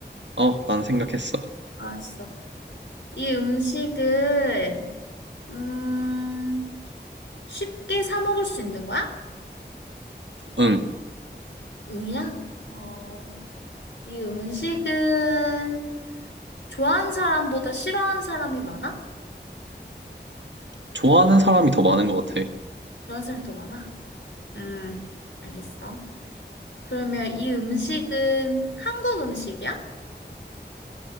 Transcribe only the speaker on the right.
어, 난 생각했어.
응,
좋아하는 사람이 더 많은 것 같아.